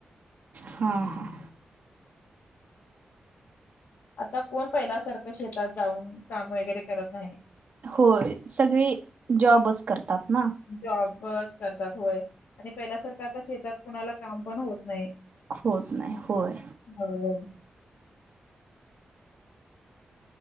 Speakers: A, on the right; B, on the left.
A: हा हा.
B: आता कोण पहिल्यासारखं शेतात जाऊन काम वगैरे करत नाही.
A: होय सगळे जॉबच करतात ना.
B: जॉबच करतात होय आणि पहिल्यासारखं आता शेतात कुणाला काम पण होत नाही.
A: होत नाही होय.
B: <inaudible>